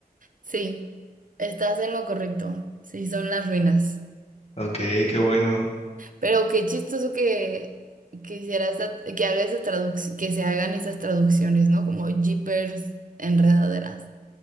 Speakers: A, on the right; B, on the left.
A: Sí, estás en lo correcto. Sí, son las ruinas.
B: Ok, qué bueno.
A: Pero qué chistoso que, que hiciera esa- que haga esa traduc- que se hagan esas traducciones, ¿no? Como jeepers, enredaderas.